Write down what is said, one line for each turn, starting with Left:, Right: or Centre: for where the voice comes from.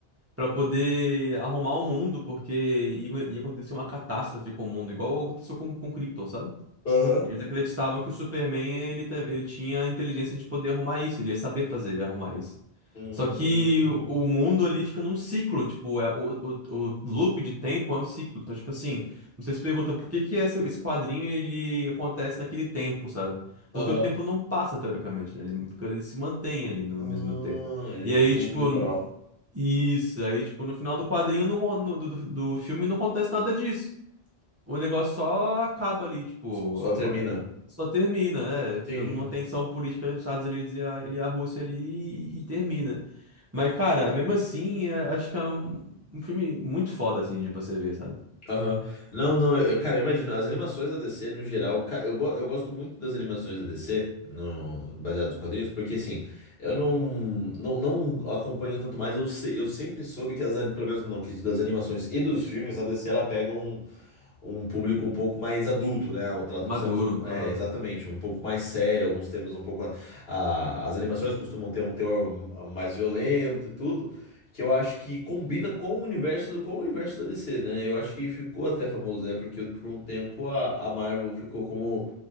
Right: pra poder arrumar o mundo, porque ia, ia acontecer uma catástrofe com o mundo, igual aconteceu com, com Krypton, sabe?
Left: Aham.
Right: Eles acreditavam que o Superman ele, ta- ele tinha a inteligência de poder arrumar isso, ele ia saber fazer arrumar isso.
Left: Hum,
Right: Só que o o mundo ali fica num ciclo, tipo, é, o, o, o loop de tempo é um ciclo. Então, tipo assim, você se pergunta por que que essa- esse quadrinho ele acontece naquele tempo, sabe? Porque
Left: Aham.
Right: o tempo não passa, teoricamente, né? Ele, fica- ele se mantém ali no
Left: Ah,
Right: mesmo tempo.
Left: ele
Right: E aí,
Left: é tipo
Right: tipo,
Left: um loop temporal.
Right: isso, aí, tipo, no final do quadrinho, não, no- do, do do filme, não acontece nada disso. O negócio só acaba ali, tipo,
Left: Só termina.
Right: só termina, é,
Left: Entendi.
Right: ficando uma tensão política entre os Estados Unidos e a, e a Rússia ali e, e termina. Mas, cara, mesmo assim, é- acho que é um, um filme muito foda, assim, de você ver, sabe?
Left: Aham. Não, não, eu, cara, eu imagino, as animações da DC, no geral, cara, eu, go- eu gosto muito das animações da DC, no, baseadas nos quadrinhos, porque assim, eu não, não, não acompanho tanto mais, eu, se- eu sempre soube que as, ani- pelo menos no quesito das animações e dos filmes, a DC, ela pega um, um público um pouco mais adulto, né? Ela Trata
Right: Maduro,
Left: uns temas, um- é,
Right: aham.
Left: exatamente, um pouco mais sério, alguns temas um pouco, a- a- as animações costumam ter um teor mais violento e tudo, que eu acho que combina com o universo, com o universo da DC, né? Eu acho que ficou até famoso, né? Porque por um tempo a, a Marvel ficou como